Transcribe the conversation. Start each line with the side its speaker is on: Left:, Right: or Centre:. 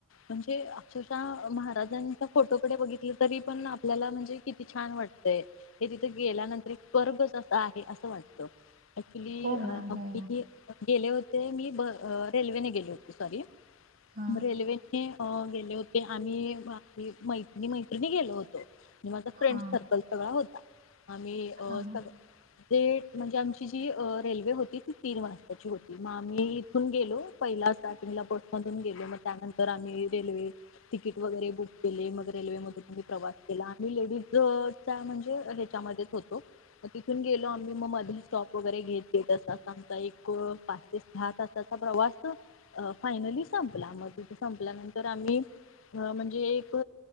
Left: <unintelligible> ते अक्षरशः महाराजांचा इथ बघितलं तरी पण आपल्याला म्हणजे किती छान वाटतय हे तिथं गेल्यानंतर एक स्वर्गच अस आहे असं वाटत अक्चुली
Right: हो मॅम
Left: <unintelligible>
Right: हो
Left: गेले होते ते मी ब रेल्वेने गेल होते सॉरी
Right: हा
Left: रेल्वेने अ गेले होते आम्ही मैत्रिणी मैत्रिणी गेलो होतो आणि माझा
Right: हा
Left: फ्रेंड सर्कल सगळा होता आम्ही
Right: हा
Left: अ
Right: मॅम
Left: सगळे अ म्हणजे आमची जी रेल्वे होती ती तीन वाजताची होती मग आम्ही इथून गेलो पहिला सात मे ला बस मधून गेलो मग त्यानंतर आम्ही रेल्वे तिकीट वगैरे बुक मग रेल्वे मधून मी प्रवास केला आम्ही लेडीज त्या म्हणजे ह्याच्यामध्येच होतो मग तिथून गेलो आम्ही, मग मध्ये स्टॉप वगैरे घेत घेत अस आमचा एक पाच ते सहा तासाचा प्रवास फायनली संपला मग तिथे संपल्यानंतर आम्ही म्हणजे अ